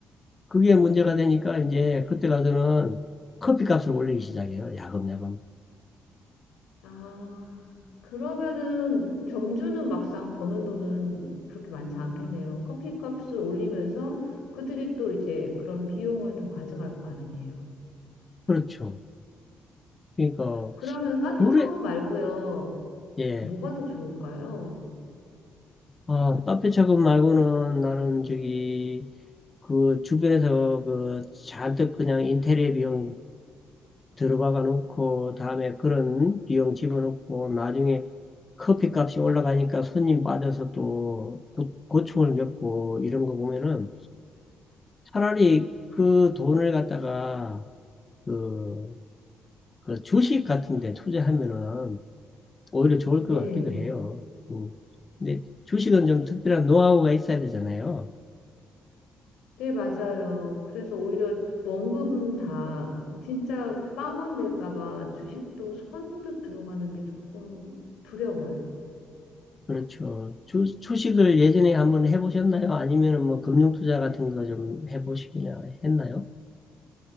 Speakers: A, on the left; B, on the left.
A: 그게 문제가 되니까 이제 그때 가서는 커피 값을 올리기 시작해요. 야금야금
B: 아, 그러면은 점주는 막상 버는 돈은 그렇게 많지 않겠네요. 커피값을 올리면서 그들이 또 이제 그런 비용을 더 가져갈 거 아니에요.
A: 그렇죠. 그러니까
B: 그러면 카페
A: 그래
B: 창업 말고요.
A: 예
B: 뭐가 더 좋을까요?
A: 아, 카페 차금 말고는 나는 저기 그 주변에서 그 잔뜩 그냥 인테리어 비용 들어박아 놓고 다음에 그런 비용 집어넣고 나중에 커피값이 올라가니까 손님 빠져서 또 고, 고충을 겪고 이런 거 보면은 차라리 그 돈을 갖다가 그, 그 주식 같은 데 투자하면은 오히려 좋을
B: 네.
A: 것 같기도 해요. 음. 근데 주식은 좀 특별한 노하우가 있어야 되잖아요.
B: 네, 맞아요. 그래서 오히려 원금 다 진짜 빵원 될까 봐 주식도 선뜻 들어가는 게 조금 두려워요.
A: 그렇죠. 주, 주식을 예전에 한번 해보셨나요? 아니면 뭐 금융투자 같은 거 좀 해보시기나 했나요?